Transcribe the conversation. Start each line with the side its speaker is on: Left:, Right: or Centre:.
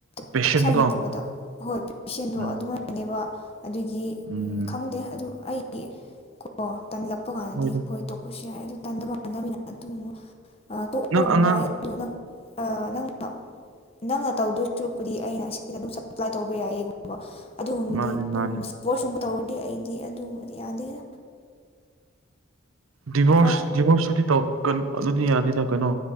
Right: ꯄꯦꯁꯟꯒꯣ
Left: <unintelligible> ꯅꯠꯇꯕꯗ ꯍꯣꯏ <unintelligible>
Right: ꯎꯝ
Left: ꯑꯗꯨꯃꯥꯏꯅꯅꯦꯕ ꯑꯗꯨꯒꯤ
Right: ꯎꯝ
Left: ꯈꯪꯗꯦ ꯑꯗꯨ ꯑꯩꯒꯤ ꯀꯣ ꯇꯝꯂꯛꯄ ꯀꯥꯟꯗꯗꯤ
Right: ꯃꯣꯏꯗꯣ
Left: ꯍꯣꯏ ꯇꯣꯛꯄꯁꯨ ꯌꯥꯏ ꯑꯗꯨ ꯇꯟꯗꯕ <inaudible> ꯑꯗꯨꯝꯕ ꯑꯥ ꯇꯣꯛꯑꯣꯒꯨꯝꯕ
Right: ꯅꯪ ꯑꯉꯥꯡ
Left: <inaudible> ꯅꯪ ꯑꯥ ꯅꯪꯅ ꯅꯪꯅ ꯇꯧꯗꯣꯏ ꯁꯔꯨꯛꯄꯨꯗꯤ ꯑꯩꯅ ꯑꯁꯤꯗ ꯑꯗꯨꯝ ꯁꯄ꯭ꯂꯥꯏ ꯇꯧꯕ ꯌꯥꯏꯌꯦ ꯑꯗꯨꯒꯨꯝꯕꯗꯤ
Right: ꯃꯥꯅꯦ
Left: ꯑꯗꯨꯒꯨꯝꯕ
Right: ꯃꯥꯅꯦ
Left: <unintelligible> ꯒꯨꯝꯕ ꯇꯧꯔꯗꯤ ꯑꯩꯗꯤ ꯑꯗꯨꯒꯨꯝꯕꯗꯤ ꯌꯥꯗꯦꯍꯦ
Right: ꯗꯤꯚꯣꯔꯁ
Left: ꯀꯣ
Right: ꯗꯤꯚꯣꯔꯁꯇꯨꯗꯤ ꯇꯧ ꯒꯟ ꯑꯗꯨꯗꯤ ꯌꯥꯗꯦꯗ ꯀꯅꯣ